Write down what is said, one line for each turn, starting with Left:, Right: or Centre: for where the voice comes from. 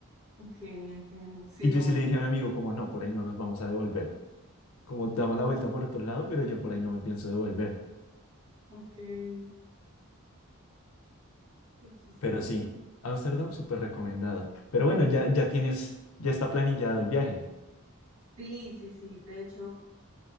Right: Ok, entiendo. Sí,
Left: que yo
Right: obvio.
Left: sí le dije a mi amigo como, no, por ahí no nos vamos a devolver. Como damos la vuelta por otro lado, pero yo por ahí no me pienso devolver.
Right: Ok, qué chistoso.
Left: Pero sí, Ámsterdam súper recomendado. Pero bueno, ya, ya tienes, ya está planillado el viaje.
Right: Sí, sí, sí. De hecho,